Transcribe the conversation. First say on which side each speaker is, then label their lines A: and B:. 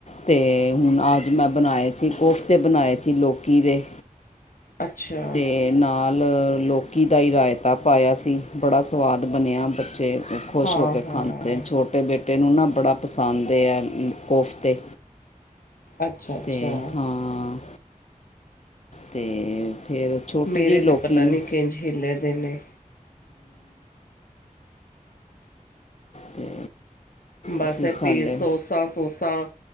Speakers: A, on the left; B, on the left.
A: ਤੇ ਹੁਣ ਅੱਜ ਮੈਂ ਬਣਾਏ ਸੀ ਕੋਫਤੇ ਬਣਾਏ ਸੀ ਲੋਕੀ ਦੇ
B: ਅੱਛਾ
A: ਅਤੇ ਨਾਲ ਲੋਕੀ ਦਾ ਹੀ ਰਾਇਤਾ ਪਾਇਆ ਸੀ ਬੜਾ ਸਵਾਦ ਬਣਿਆ ਬੱਚੇ ਖੁਸ਼
B: ਹਾਂ
A: ਹੋ ਕੇ
B: ਹਾਂ
A: ਖਾਂਦੇ ਛੋਟੇ ਬੇਟੇ ਨੂੰ ਨਾ ਬੜਾ ਪਸੰਦ ਆ ਕੋਫਤੇ
B: ਅੱਛਾ ਅੱਛਾ
A: ਤੇ ਹਾਂ ਤੇ ਫਿਰ ਛੋਟੀ
B: ਮੇਰੇ
A: ਜਿਹੀ ਲੋਕੀ
B: ਤੇ ਪਤਾ
A: ਹੂੰ
B: ਨਹੀਂ ਕਿੰਝ ਹਿੱਲੇ ਦੇ ਨੇ
A: ਤੇ
B: ਬਸ
A: ਅਸੀਂ
B: ਐ
A: ਸਾਡੇ
B: ਪੇ ਸੌਸਾ ਸੋਸਾ,